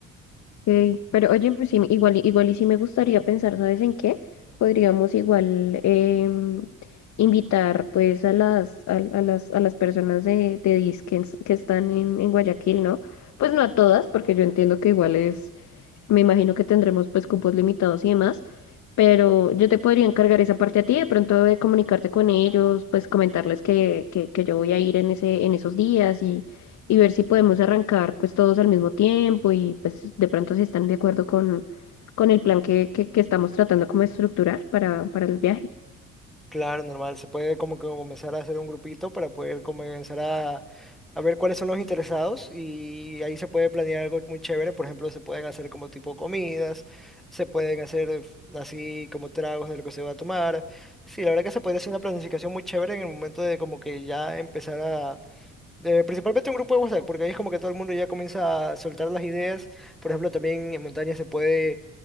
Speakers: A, on the left (about 45°); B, in the centre.
A: Ok, Pero oye, pues sí, igual, y- igual y sí me gustaría pensar, ¿sabes en qué? Podríamos igual em, invitar pues a las, a, a las, a las personas de, de Disque que están en, en Guayaquil, ¿no? Pues no a todas, porque yo entiendo que igual es Me imagino que tendremos pues cupos limitados y demás, pero yo te podría encargar esa parte a ti, de pronto de comunicarte con ellos, pues comentarles que, que, que yo voy a ir en ese, en esos días y, y ver si podemos arrancar pues todos al mismo tiempo y pues de pronto si están de acuerdo con, con el plan que, que, que estamos tratando como de estructurar para, para el viaje.
B: Claro, normal, se puede como que comenzar a hacer un grupito para poder comenzar a, a ver cuáles son los interesados y ahí se puede planear algo muy chévere. Por ejemplo, se pueden hacer como tipo comidas, se pueden hacer eh, así como tragos de lo que se va a tomar. Sí, la verdad que se puede hacer una planificación muy chévere en el momento de como que ya empezar a Eh, principalmente un grupo de WhatsApp, porque ahí es como que todo el mundo ya comienza a soltar las ideas. Por ejemplo, también en montaña se puede,